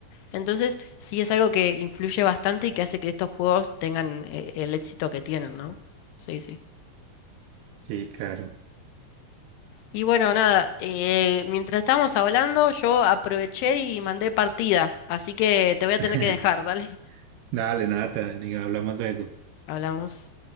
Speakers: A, on the left; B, on the right.
A: Entonces sí es algo que influye bastante y que hace que estos juegos tengan eh, el éxito que tienen, ¿no? Sí, sí.
B: Sí, claro.
A: Y bueno, nada, eh, mientras estábamos hablando, yo aproveché y mandé partida, así que te voy a
B: <laughs>
A: tener que dejar, dale.
B: Dale, nada, ni hablamos luego.
A: <laughs> Hablamos.